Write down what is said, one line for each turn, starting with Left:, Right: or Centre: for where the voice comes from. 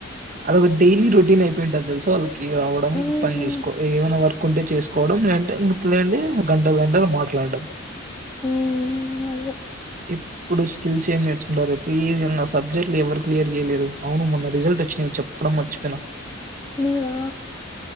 Right: అదొక డైలీ రొటీన్ అయిపోయింటది తెలుస వాళ్ళకి రావడం
Left: మ్మ్
Right: పని చేసుకో ఏమైనా వర్క్ కుంట చేసుకోవడంంటే లేదంటే గంటలు గంటలు మాట్లాడడం
Left: ఆ అదే
Right: ఇప్పుడు స్కిల్స్ ఏం నేర్చుకుంటారు పి నా సబ్జెక్ట్లు ఎవరు క్లియర్ చేయలేరు అవును మొన్న రిజల్ట్ వచ్చినా నేను చెప్పడం మర్చిపోయినా
Left: నీవా